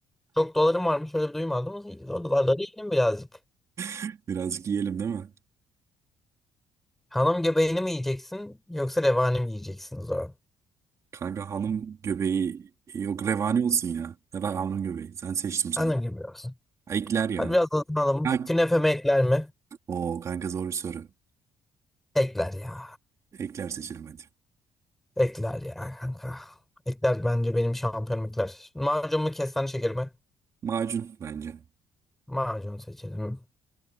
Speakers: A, in the centre; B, on the right.
A: Çok dolarım varmış öyle bir duymadım. ama O dolarları yedim birazcık.
B: <laughs> Birazcık yiyelim değil mi?
A: Hanım göbeğini mi yiyeceksin yoksa revani mi yiyeceksin o zaman?
B: Kanka hanım göbeği yok revani olsun ya. Ya da hanım göbeği. Sen seçtim sana.
A: Hanım gibi olsun.
B: Ha, Ekler ya.
A: Hadi biraz hızlanalım.
B: Ha,
A: Künefe mi ekler mi?
B: o kanka zor bir soru.
A: Ekler ya.
B: Ekler seçelim hadi.
A: Ekler ya kanka. Ekler bence benim şampiyonum ekler. Macun mu kestane şeker mi?
B: Macun bence.
A: Macun seçelim.